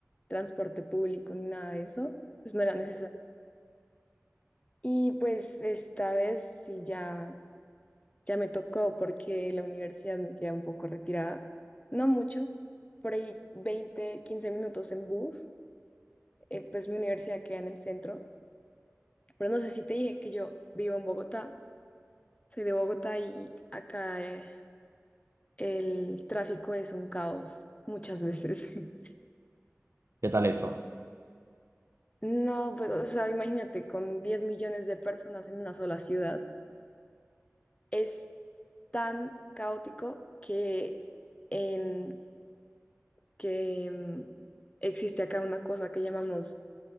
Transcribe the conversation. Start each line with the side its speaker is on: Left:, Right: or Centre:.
Left: transporte público ni nada de eso. Pues no era necesario. Y pues esta vez sí ya, ya me tocó porque la universidad me queda un poco retirada. No mucho, por ahí 20 15 minutos en bus. Eh, pues mi universidad queda en el centro. Pero no sé si te dije que yo vivo en Bogotá. Soy de Bogotá y acá eh, el tráfico es un caos muchas veces. <laughs>
Right: ¿Qué tal eso?
Left: No, pues, o sea, imagínate, con 10 millones de personas en una sola ciudad, es tan caótico que, en, que mm, existe acá una cosa que llamamos